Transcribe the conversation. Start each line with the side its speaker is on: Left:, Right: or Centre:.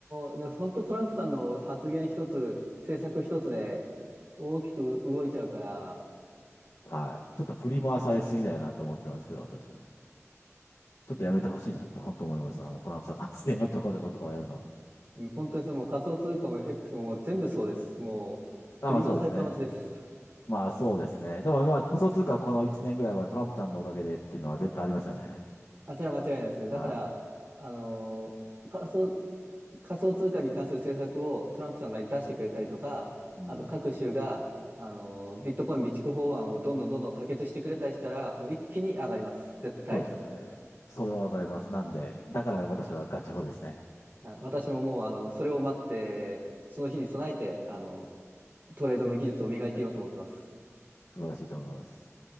Right: の、でも本当トランプさんの発言一つ、政策一つで大きく動いちゃうから、
Left: はい。ちょっと振り回されすぎだよなと思ってますけど、私は。ちょっとやめてほしいなと、本当思います。あの、トランプさんの発言はちょこちょこちょこやるのは。
Right: うん本当にそれもう仮想通貨も FX ももう全部そうです。もう振り回されっぱなしです。
Left: あ、まあそうですね。まあそうですね。でもまあ仮想通貨この1年ぐらいはトランプさんのおかげでっていうのは絶対ありますよね。
Right: あ、それは間違いないですね。だから、
Left: は
Right: あのー仮想、仮想通貨に関する政策をトランプさんが出してくれたりとか、
Left: い。うん。
Right: あと各州が、あのービットコイン備蓄法案をどんどんどんどん可決してくれたりしたら、もう一気に上がります。絶対。
Left: そうですよね。それはわかります。なんで、だから私はガチホですね。
Right: はいあ私ももう、あの、それを待って、その日に備えて、あの、トレードの技術を磨いていようと思ってます。
Left: 素晴らしいと思います。